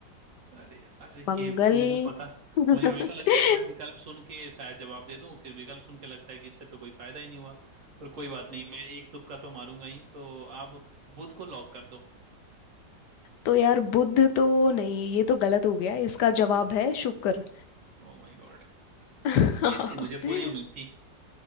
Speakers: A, on the right; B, on the left.
A: अरे यार ये
B: मंगल
A: मुझे पता
B: <laughs>
A: मुझे हमेशा लगता है कि मैं विकल्प सुन के शायद जवाब दे दूं फिर विकल्प सुन के लगता है कि इससे तो कोई फायदा ही नहीं हुआ पर कोई बात नहीं मैं एक तुक्का तो मारूंगा ही तो आप बुध को लॉक कर दो
B: तो यार बुध तो नहीं ये तो गलत हो गया इसका जवाब है शुक्र
A: ओ माय गॉड
B: <laughs>
A: उम्मीद थी मुझे पूरी उम्मीद थी